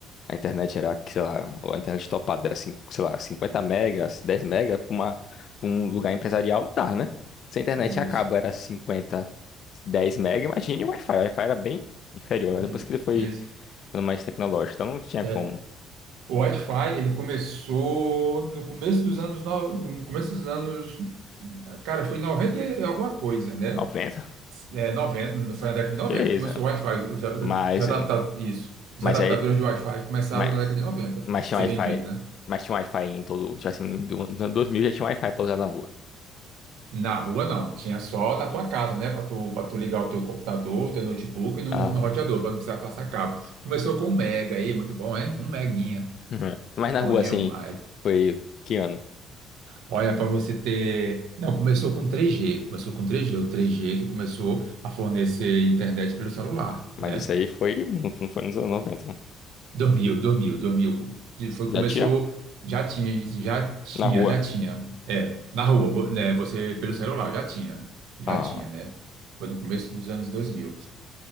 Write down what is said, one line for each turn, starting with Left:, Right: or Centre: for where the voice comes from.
Left: A internet era, que, sei lá, a internet topada era, cin- sei lá, 50 megas, 10 mega para uma, pra um lugar empresarial não dá, né? Se a internet
Right: Isso.
Left: acaba, era 50, 10 mega, imagine o Wi-Fi. O Wi-Fi era bem inferior, né?
Right: Isso,
Left: Depois que ele foi
Right: isso.
Left: ficando mais tecnológico, então não tinha
Right: É,
Left: como.
Right: o Wi-Fi, ele começou no começo dos anos, no, no começo dos anos, cara, foi em 90 e alguma coisa, né?
Left: 90?
Right: É, 90, foi na década de 90
Left: Que é
Right: que começou
Left: isso? né?
Right: o Wi-Fi, os, os,
Left: Mas,
Right: os adapta, isso, os
Left: mas
Right: adaptadores
Left: aí,
Right: de Wi-Fi começaram
Left: mas,
Right: na década de 90 a
Left: mas tinha
Right: ser
Left: Wi-Fi,
Right: vendido, né?
Left: mas tinha Wi-Fi em todo, já assim, do- nos anos 2000 já tinha Wi-Fi pra usar na rua.
Right: Na rua não, tinha só na tua casa, né? Para tu, para tu ligar o teu computador, o teu notebook e no,
Left: Ah,
Right: no roteador, para não precisar passar cabo. Começou com um mega aí, muito bom, é? Um meguinha.
Left: <laughs> mas na
Right: Bom
Left: rua,
Right: demais.
Left: assim, foi que ano?
Right: Olha, para você ter. Não, começou com três g Começou com três g O três g que começou a fornecer internet pelo celular,
Left: Mas
Right: né?
Left: isso aí foi, não foi nos anos 90,
Right: 2000, 2000, 2000. E Foi,
Left: Já
Right: começou.
Left: tinha?
Right: Já tinha, já tinha,
Left: Na rua.
Right: já tinha. É, na rua, vo- né, você pelo celular, já tinha. Já
Left: Ah,
Right: tinha, né? Foi no começo dos anos dois mil